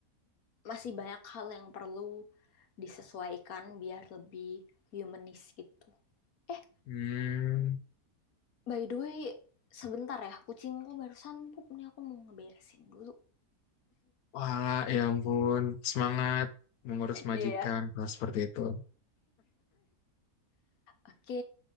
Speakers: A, on the left; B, on the left.
A: masih banyak hal yang perlu disesuaikan biar lebih humanis gitu. Eh,
B: Hmm.
A: by the way, sebentar ya, kucingku barusan pup nih aku mau ngeberesin dulu.
B: Wah, ya ampun, semangat mengurus
A: Oke
B: majikan
A: ya.
B: kalau seperti itu.
A: Oke,